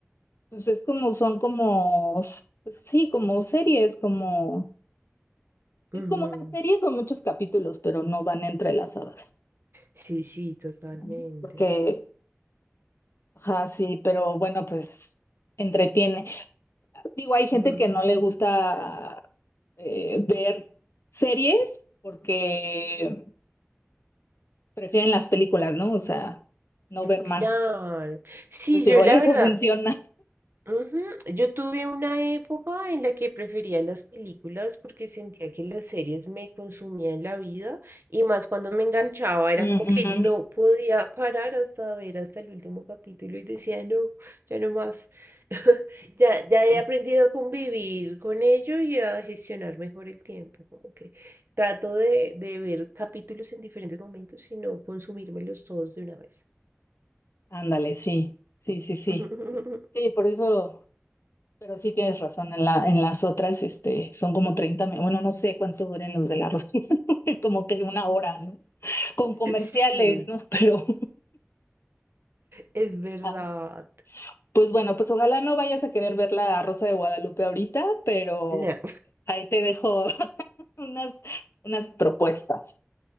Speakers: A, on the left; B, on the right.
A: Pues es como, son como, pues sí, como series, como, es
B: Ujú.
A: como una serie con muchos capítulos, pero no van entrelazadas,
B: Sí, sí, totalmente.
A: ¿no? Porque, ajá, sí, pero bueno, pues entretiene. Digo, hay gente
B: Ujú.
A: que no le gusta eh, ver series porque prefieren las películas, ¿no? O sea, no ver más.
B: Claro. Sí,
A: Pues igual
B: yo la
A: eso
B: verdad
A: funciona.
B: Ujú. Yo tuve una época en la que prefería las películas porque sentía que las series me consumían la vida y más cuando me enganchaba, era
A: Mm,
B: como que no podía parar hasta ver hasta el último capítulo y decía, no, ya no más. <laughs> Ya, ya he
A: ujú.
B: aprendido a convivir con ello y a gestionar mejor el tiempo, como que trato de, de ver capítulos en diferentes momentos y no consumírmelos todos de una vez.
A: Ándale, sí, sí, sí, sí.
B: <laughs>
A: Sí, por eso. Pero sí tienes razón, en la, en las otras este, son como 30 minutos, bueno, no sé cuánto duran los de la rosita <laughs> como que una hora, ¿no? Con comerciales,
B: Sí.
A: ¿no? <laughs> Pero,
B: Es verdad.
A: ah, pues bueno, pues ojalá no vayas a querer ver la Rosa de Guadalupe ahorita, pero
B: No,
A: ahí te dejo <laughs> unas, unas propuestas.